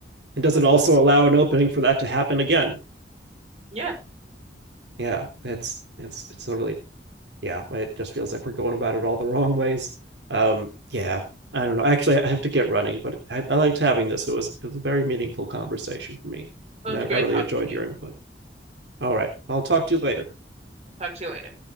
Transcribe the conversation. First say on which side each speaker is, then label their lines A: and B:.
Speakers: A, on the right; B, on the right.
A: and does it also allow an opening for that to happen again
B: Yeah,
A: yeah it's it's it's a really yeah it just feels like we're going about it all the wrong ways um yeah i don't know actually i have to get running but i, I liked having this it was it was a very meaningful conversation for me
B: it
A: and
B: was
A: I,
B: great
A: I really
B: talking
A: enjoyed
B: to
A: your
B: you.
A: input all right i'll talk to you later
B: Talk to you later.